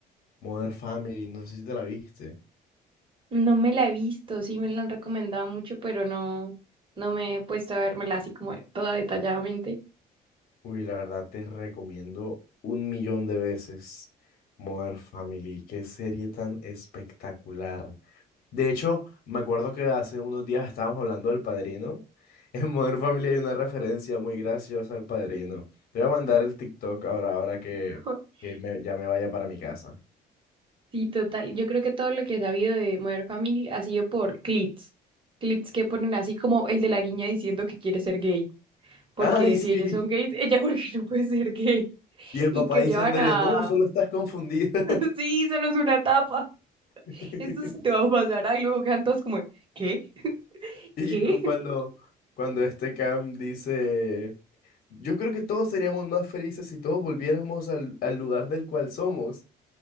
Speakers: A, on the left; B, on the right.
A: Modern Family. No sé si te la viste.
B: No me la he visto, sí me la han recomendado mucho, pero no, no me he puesto a vérmela así como de- toda detalladamente.
A: Uy, la verdad te recomiendo un millón de veces Modern Family. Qué serie tan espectacular. De hecho, me acuerdo que hace unos días estábamos hablando del Padrino. <laughs> En Modern Family hay una referencia muy graciosa al Padrino. Te voy a mandar el TikTok ahora, ahora que,
B: <laughs>
A: que me- ya me vaya para mi casa.
B: Sí, total. Yo creo que todo lo que he sabido de Modern Family ha sido por clips. Clips que ponen así como el de la niña diciendo que quiere ser gay. Porque
A: <laughs> ¡Ay, sí!
B: si ellos son gays, <laughs> ella porque no puede ser gay.
A: Y el
B: Y
A: papá
B: que
A: diciéndole,
B: llevan a...
A: no, solo estás confundida.
B: <laughs> Sí, solo es una etapa.
A: <laughs>
B: Esto sí te va a pasar. Y luego quedan todos como, ¿qué?
A: Y
B: ¿Qué?
A: cu-
B: <laughs>
A: cuando, cuando este Cam dice, yo creo que todos seríamos más felices si todos volviéramos al, al lugar del cual somos.